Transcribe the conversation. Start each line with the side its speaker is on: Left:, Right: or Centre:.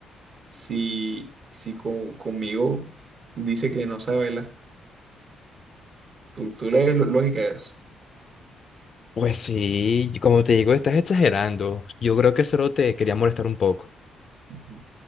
Right: si, si con- conmigo dice que no sabe bailar? ¿Tú, tú le ves lo- lógica a eso?
Left: Pues sí, como te digo, estás exagerando. Yo creo que solo te quería molestar un poco.
Right: Ujú.